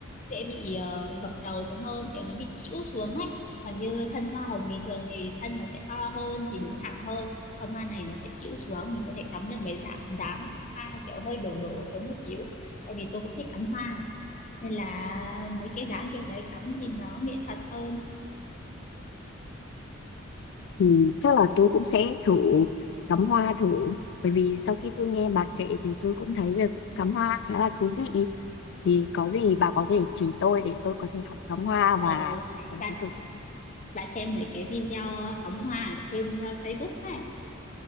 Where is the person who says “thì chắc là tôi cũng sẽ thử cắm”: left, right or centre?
Left